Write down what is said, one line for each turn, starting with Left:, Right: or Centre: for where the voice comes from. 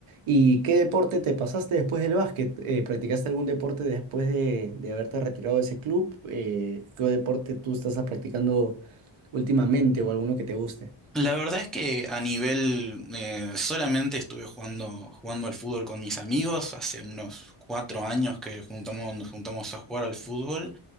Right: ¿Y qué deporte te pasaste después del básquet? Eh, ¿practicaste algún deporte después de, de haberte retirado de ese club? Eh, ¿qué deporte tú estás practicando últimamente o alguno que te guste?
Centre: La verdad es que a nivel, eh, solamente estuve jugando, jugando al fútbol con mis amigos. Hace unos cuatro años que juntamos, nos juntamos a jugar al fútbol,